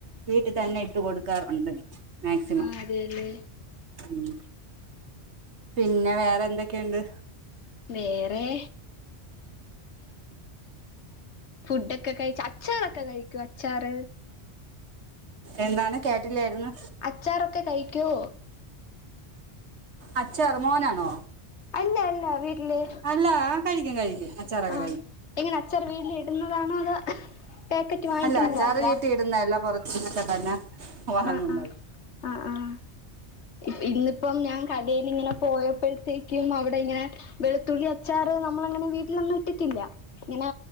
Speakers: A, on the right (about 75°); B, on the left (about 80°).
A: വീട്ടിൽ തന്നെ ഇട്ട് കൊടുക്കാറുണ്ട്. മാക്സിമം
B: ആ അതെയല്ലേ?
A: ഉം പിന്നെ വേറെ എന്തൊക്കെയുണ്ട്?
B: വേറെ ഫുഡ് കഴിച്ച അച്ചാറൊക്കെ കഴിക്കുവോ അച്ചാറ്?
A: എന്താണ് കേട്ടില്ലായിരുന്നു
B: അച്ചാറൊക്കെ കഴിക്കോ?
A: അച്ചാർ, മോനാണോ?
B: അല്ല അല്ല വീട്ടില്?
A: അല്ല കഴിക്കും കഴിക്കും. അച്ചാറൊക്കെ
B: ആ
A: കഴിക്കും
B: എങ്ങനെ അച്ചർ വീട്ടിലി ടുന്നതാണോ അതോ? പാക്കറ്റ് വാങ്ങിക്കുന്നതാണോ?
A: അല്ല അച്ചാറ് വീട്ടി ഇടുന്നതല്ല പുറത്തുനിന്നൊക്കെ തന്നെ വാങ്ങുന്നത്
B: ആ ആ ആ ആഇന്നിപ്പം ഞാൻ യിൽ ഇങ്ങനെ പോയപ്പോഴത്തേക്കും അവിടെ ഇങ്ങനെ വെളുത്തുള്ളി അച്ചാറ് നമ്മളങ്ങനെ വി ലൊന്നും ഇട്ടിട്ടില്ല. ഇങ്ങനെ